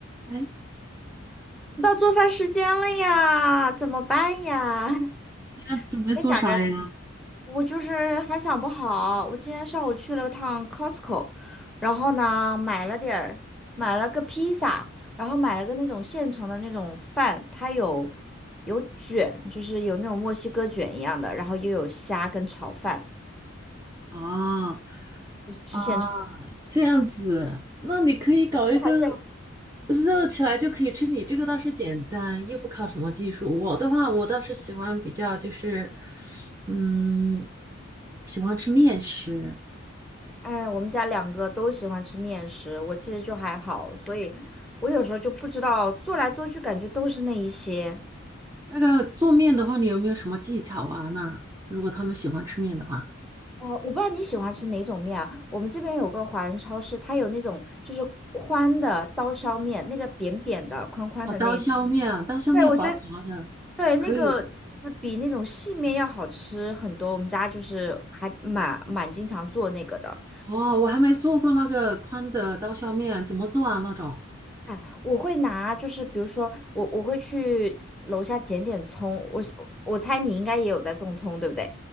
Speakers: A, on the right; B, in the centre.
A: 哎，
B: 到做饭时间了呀，怎么办呀？<laughs>
A: 你要准备做啥呀？
B: 别想着，我就是还想不好。我今天上午去了趟 Costco，然后呢买了点儿，买了个披萨，然后买了个那种现成的那种饭，它有有卷，就是有那种墨西哥卷一样的，然后又有虾跟炒饭，
A: 啊
B: 就吃现成。
A: 啊，这样子，那你可以搞一个
B: 这还是
A: 热起来就可以吃。你这个倒是简单，又不靠什么技术。我的话，我倒是喜欢比较就是，嗯，喜欢吃面食。
B: 哎，我们家两个都喜欢吃面食，我其实就还好，所以我有时候就不知道做来做去，感觉都是那一些。
A: 那个做面的话，你有没有什么技巧啊？那如果他们喜欢吃面的话，
B: 啊、我不知道你喜欢吃哪种面啊？我们这边有个华人超市，它有那种就是宽的刀削面，那个扁扁的、宽宽的那一种。
A: 哦，刀削面啊，刀削面滑滑的，
B: 对，我觉得对，那个就是比那种细面要好吃很多。
A: 可以。
B: 我们家就是还蛮蛮经常做那个的。
A: 哦，我还没做过那个宽的刀削面，怎么做啊？那种？
B: 哎，我会拿，就是比如说我我会去楼下捡点葱，我我猜你应该也有在种葱，对不对？